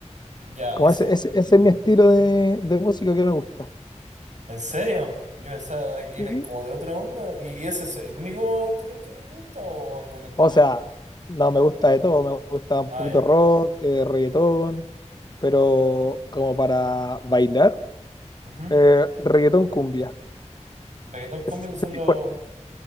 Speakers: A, on the right; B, on the left.
A: Ya,
B: Como
A: ese
B: ese, ese,
A: Noche
B: ese
A: de
B: es mi estilo
A: bruja.
B: de, de música que me gusta.
A: ¿En serio? Yo pensaba que
B: Sí.
A: era como de otra onda. ¿Y ese es el único estilo de música que te gusta o algún otro
B: O
A: más?
B: sea, no me gusta de todo, me gusta un
A: Ah,
B: poquito
A: ya.
B: rock, eh, reggaetón, pero como para bailar,
A: Ujú.
B: eh, reggaetón cumbia.
A: Reggaetón cumbia
B: Ese,
A: esos
B: ese
A: son
B: es mi
A: los,
B: fuerte,